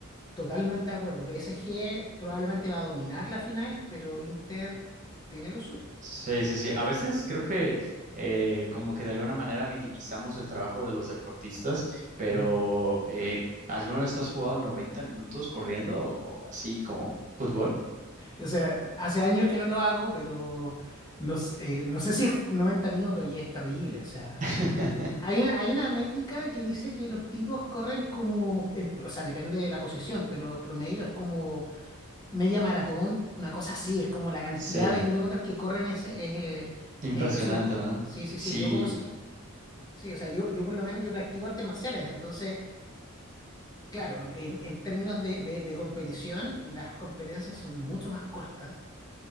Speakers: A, on the left; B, on the right.
A: totalmente de acuerdo. PSG probablemente va a dominar la final, pero Inter tiene lo suyo.
B: Sí, sí, sí. A veces creo que eh, como que de alguna manera minimizamos el trabajo de los deportistas, pero
A: Ujú.
B: eh, ¿alguna vez tú has jugado 90 minutos corriendo o o así como fútbol?
A: O sea, hace años que no lo hago, pero no, sé eh, no sé si es 90 minutos y es terrible. O sea,
B: <laughs>
A: hay, una- hay una métrica que dice que los tipos corren como, en- o sea, depende de la posición, pero promedio es como media maratón, una cosa así, es como la cantidad
B: Sí,
A: de kilómetros que corren es, es, eh,
B: impresionante,
A: es impresionante.
B: ¿no?
A: Sí, sí,
B: Sí.
A: sí, yo como... se- Sí, o sea, yo, yo por lo menos yo practico artes marciales, entonces, claro, en, en términos de, de de competición, las competencias son mucho más cortas.